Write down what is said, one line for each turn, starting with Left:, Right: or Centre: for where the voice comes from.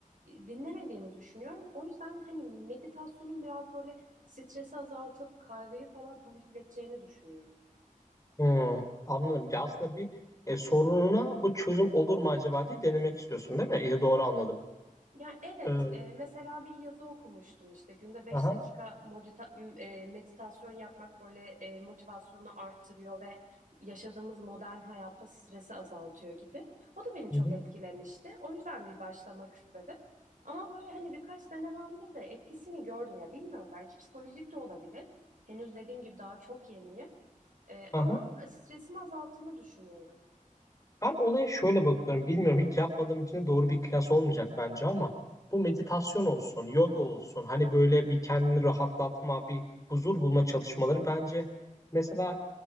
Right: dinlemediğimi düşünüyorum. O yüzden hani meditasyonun biraz böyle stresi azaltıp kaygıyı falan hafifleteceğini düşünüyorum.
Left: Hmm, anladım. Ya aslında bir e, sorununa bu çözüm olur mu acaba diye denemek istiyorsun, değil mi? İyi doğru anladım.
Right: Ya evet,
Left: Ee,
Right: e, mesela bir yazı okumuştum işte günde beş
Left: Aha.
Right: dakika modita- m- e, meditasyon yapmak böyle e, motivasyonu arttırıyor ve yaşadığımız modern hayatta stresi azaltıyor gibi. O da beni çok
Left: Hı hı.
Right: etkilemişti. O yüzden bir başlamak istedim. Ama böyle hani birkaç denememde de etkisini gördüm ya bilmiyorum belki psikolojik de olabilir. Henüz dediğim gibi daha çok yeniyim. E,
Left: Aha.
Right: ama stresimi azalttığını düşünüyorum.
Left: Ben olaya şöyle bakıyorum. Bilmiyorum hiç yapmadığım için de doğru bir kıyas olmayacak bence ama bu meditasyon olsun, yoga olsun, hani böyle bir kendini rahatlatma, bir huzur bulma çalışmaları bence mesela